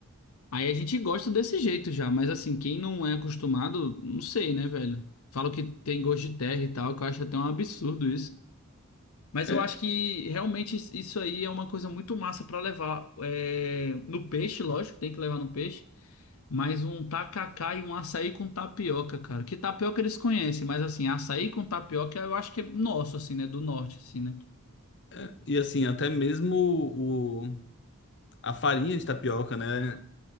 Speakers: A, on the left; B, on the left.
A: Aí a gente gosta desse jeito já, mas assim, quem não é acostumado, não sei, né, velho? Falam que tem gosto de terra e tal, que eu acho até um absurdo mas
B: é-
A: eu acho que realmente is- isso aí é uma coisa muito massa para levar é, no peixe, lógico, tem que levar no peixe, mas um tacacá e um açaí com tapioca, cara. Que tapioca eles conhecem, mas assim, açaí com tapioca eu acho que é nosso, assim, né? Do norte, assim, né?
B: é- e assim, até mesmo o, o- a farinha de tapioca, né?